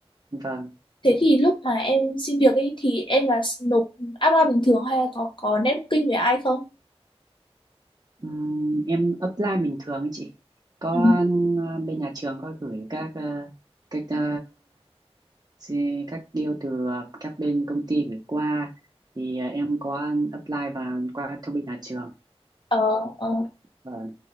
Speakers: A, on the right; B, on the left.
A: vâng
B: Thế thì lúc mà em xin việc ấy thì em là nộp apply bình thường hay là có có networking với ai không?
A: Ừm, em apply bình thường ấy chị có
B: Ừ.
A: ờ, bên nhà trường có gửi các ờ, các ờ, xi- các deal từ ờ, các bên công ty gửi qua thì ờ, em có apply vào qua thông bên nhà trường
B: Ờ, ờ,
A: và